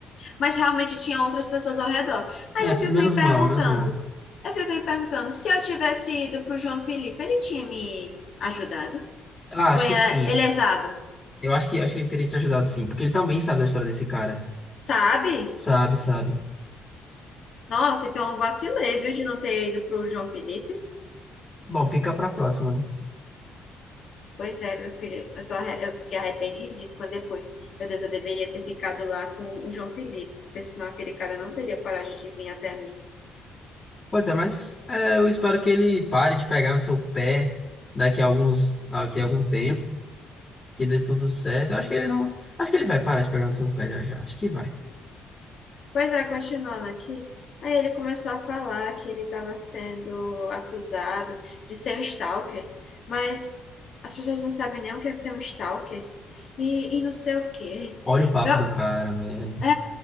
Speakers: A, on the left (about 55°); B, on the left (about 20°).
A: mas realmente tinha outras pessoas ao redor. Aí
B: É,
A: eu fico
B: menos
A: me perguntando,
B: mal, menos mal.
A: eu fico me perguntando, se eu tivesse ido pro João Felipe, ele tinha me ajudado?
B: Ah,
A: Ou
B: acho
A: ele
B: que
A: é
B: sim.
A: ele é exado,
B: Eu acho que, acho que ele teria te ajudado sim, porque ele também sabe da história desse cara.
A: sabe?
B: Sabe, sabe.
A: Nossa, então eu vacilei, viu, de não ter ido pro João Felipe.
B: Bom, fica pra próxima, né?
A: Pois é, meu filho, eu, tô arre- eu fiquei arrependidíssima depois. Meu Deus, eu deveria ter ficado lá com o João Felipe, porque senão aquele cara não teria coragem de vir até mim.
B: Pois é, mas é, eu espero que ele pare de pegar no seu pé daqui a alguns, daqui a algum tempo. que dê tudo certo. Eu acho que ele não. Acho que ele vai parar de pegar no seu pé já já. Acho que vai.
A: Pois é, continuando aqui, aí ele começou a falar que ele estava sendo acusado de ser um stalker, mas as pessoas não sabem nem o que é ser um stalker e, e não sei o quê.
B: Olha o papo
A: Meu
B: do cara, velho.
A: É,